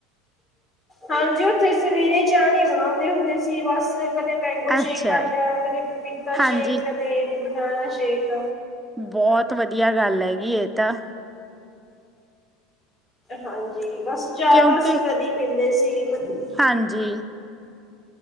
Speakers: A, on the left; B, in the centre.
A: ਹਾਂਜੀ ਓਥੇ ਸਵੇਰੇ ਚਾ ਨੀ ਬਣਾਉਂਦੇ ਹੁੰਦੇ ਸੀ ਬਸ ਕਦੇ ਮੈਂਗੋ
B: ਅੱਛਾ
A: ਸ਼ੇਕ ਕਰ ਲੇਆ, ਕਦੇ ਪਪੀਤਾ
B: ਹਾਂਜੀ
A: ਸ਼ੇਕ, ਕਦੇ ਬਨਾਨਾ ਸ਼ੇਕ।
B: ਬੋਤ ਵਦੀਆ ਗੱਲ ਹੇਗੀ ਏ ਤਾਂ।
A: ਹਾਂਜੀ ਬਸ ਚਾ
B: ਕਿਉਂਕਿ
A: ਤਾਂ ਅਸੀਂ ਕਦੀ ਪੀਂਦੇ ਸੀ ਕਦੀ
B: ਹਾਂਜੀ।